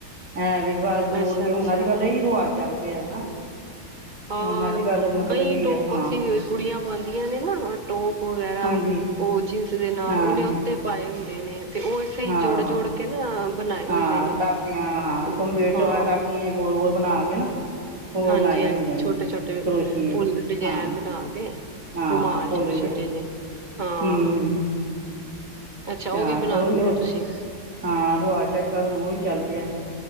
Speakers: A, on the right; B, on the right.
A: ਇਹ ਵੇ ਬੱਸ ਜੋੜ
B: ਅੱਛਾ
A: ਕੇ
B: ਅੱਛਾ
A: ਹੁਣ ਅੱਜ ਕੱਲ੍ਹ ਇਹੀ ਰਿਵਾਜ਼ ਚੱਲ ਪਿਆ ਨਾ।
B: ਹਾਂ
A: ਹੁਣ ਅੱਜ ਕੱਲ੍ਹ ਮਤਲਬ
B: ਕਈ
A: ਕਿ
B: ਟੋਪ
A: ਹਾਂ
B: ਅਸੀਂ। ਕੁੜੀਆਂ ਪਾਉਂਦੀਆਂ ਨੇ ਨਾ ਟੋਪ ਵਗੈਰਾ,
A: ਹਾਂਜੀ
B: ਉਹ ਜੀਨਸ ਦੇ ਨਾਲ
A: ਹਾਂਜੀ
B: ਉਹਨੇ ਉੱਤੇ। ਪਾਏ ਹੁੰਦੇ ਨੇ ਤੇ, ਉਹ ਇਸਤਰਾਂ
A: ਹਾਂ
B: ਜੋੜ ਜੋੜ ਕੇ। ਕੇ ਨਾ ਬਣਾਏ
A: ਹਾਂ
B: ਹੁੰਦੇ ਨੇ
A: ਟਾਕੀਆਂ ਹਾਂ
B: ਤੇ
A: ਕੰਪਿਊਟਰ
B: ਹਾਂ।
A: ਟਾਕੀਆਂ ਗੋਲ ਗੋਲ ਬਣਾ ਕੇ ਨਾ। ਉਹ
B: ਹਾਂਜੀ
A: ਲਾਏ
B: ਹਾਂਜੀ,
A: ਹੁੰਦੇ ਨੇ
B: ਛੋਟੇ ਛੋਟੇ
A: ਕਰੋਸ਼ੀਏ
B: ਫੁੱਲ ਡਿਜਾਇਨ
A: ਹਾਂਜੀ
B: ਬਣਾ ਕੇ।
A: ਹਾਂ
B: ਰੁਮਾਲ
A: ਫੁੱਲ
B: ਛੋਟੇ, ਛੋਟੇ‌ ਜੇ ਹਾਂ,
A: ਹੂੰ
B: ਅੱਛਾ ਓ
A: ਹਾਂ
B: ਵੀ ਬਨਾ
A: ਉਹੀ
B: ਲੈਂਦੇ ਓ ਤੁਸੀ?
A: ਹਾਂ, ਰਵਾਜ ਅੱਜ-ਕੱਲ ਹੁਨ ਉਹੀ ਚੱਲ ਗਿਆ।